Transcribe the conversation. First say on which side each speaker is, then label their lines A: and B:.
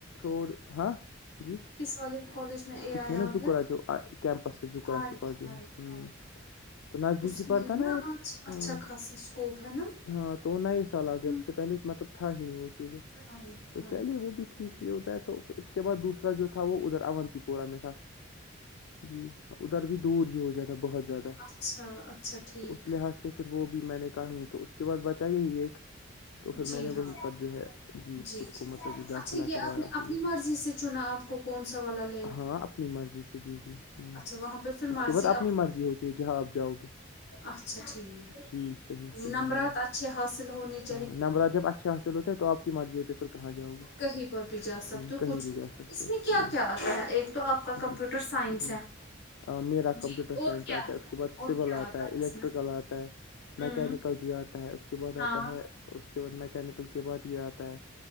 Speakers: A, on the left; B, on the left.
A: اور ہاں جی
B: ک والال کالج اے
A: اس
B: آئی
A: میں
B: آ
A: نا زکرہ
B: گیا
A: جو کیمپس سے زکرہ
B: ہائے
A: کے پاس جو
B: ہائے
A: ہے
B: ہائے
A: ہ تو نزدیک
B: اس
A: ہی
B: میں
A: پڑتا
B: ہے
A: نا اور
B: آج
A: ہ
B: اچھا خاصا اسکوپ ہے نا
A: ہاں تو وہ نئے سال آ گیا
B: ہم،
A: اس سے پہلے مطلب تھا ہی نہیں وہ چیزیں
B: ہائے
A: تو
B: ہائے
A: چلیے وہ بھی ٹھیک یہ ہوتا ہے توھر اس کے بعد دوسرا جو تھا وہ ادھر اونتی پورہ میں تھا جی ادھر بھی دور ہی ہو جاتا بہت زیادہ
B: اچھا اچھا ٹھیک
A: تو اس لحاظ سے سے پھر وہ بھی میں نے کہی تو اس کے بعد بچائیے ہی ایک تو پھر
B: جی
A: میں نے
B: ہاں
A: وہیں پر جو ہے
B: جی
A: خود
B: جی
A: کو مطلب داخلہ
B: اچھا یہ
A: کروایا
B: آپ نے
A: اسی
B: اپنی
A: جگہ
B: مرضی سے چنا آپ کون سا والا ل
A: ہاں اپنی مرضی سے جی جی ہ
B: اچھا وہاں پہ پھر
A: اس
B: مرضی
A: کے بعد اپنی
B: آپ
A: مرضی ہوتی ہے جہاں آپ جاؤ گے
B: اچھا ٹھیک
A: جی صحیح صحیح
B: نمبرات
A: ہاں
B: اچھ حاصل ہوونچ
A: ہاں نمرہ جب اچھے حاصل ہوتے تو آپ کی مرضی ہوتی پھر کہاں جاؤ گے
B: کہیں پر بھی جا سکتے
A: ہ
B: ہو
A: کہیں
B: کچھ بھی
A: جا سکتے
B: اس
A: ہو
B: میں کیا
A: ہ
B: کیا آتا ہے ایک تو آپ جوکا کمپیوٹر
A: جی
B: سائنس
A: جی
B: ہے
A: میرا
B: جی
A: کمپیوٹر
B: اور
A: سائنس
B: کیا
A: آتا ہے اس کے بعد
B: اور
A: سول
B: کیا
A: آتا ہے الیکٹریکل
B: اس میں
A: آتا ہے
B: ہوں
A: میکینکل جی آتا ہے اس کے بعد
B: ہاں
A: آتا ہے اس کے بعد میکینکل کے بعد یہ آتا ہے